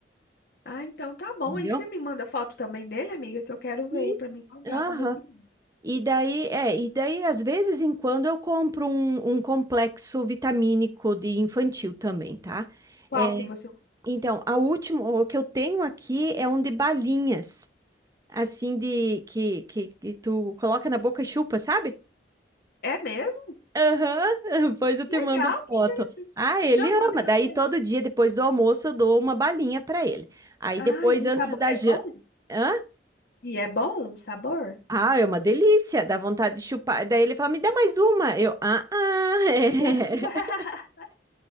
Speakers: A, on the left (about 60°); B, on the right (about 20°).
A: Ah, então tá bom.
B: entendeu?
A: Aí você me manda foto também dele, amiga, que eu quero ver
B: Sim.
A: pra mim comprar
B: Aham.
A: pro meu menino.
B: E daí, é, e daí às vezes em quando eu compro um, um complexo vitamínico de infantil também, tá?
A: Qual
B: É,
A: que você...
B: então, a última, o que eu tenho aqui é um de balinhas, assim de que, que, que tu coloca na boca e chupa, sabe?
A: É mesmo?
B: Aham, <laughs> depois eu te
A: Legal,
B: mando foto.
A: que interessante.
B: Ah, ele
A: Não,
B: ama.
A: manda que
B: Daí
A: eu quero.
B: todo dia depois do almoço eu dou uma balinha pra ele. Aí
A: Ah,
B: depois
A: e
B: antes
A: o sabor
B: da
A: é
B: jan...
A: bom?
B: Hã?
A: E é bom o sabor?
B: Ah, é uma delícia, dá vontade de chupar. Daí ele fala: "Me dá mais uma". Eu: "Ah, ah". <laughs>
A: <laughs>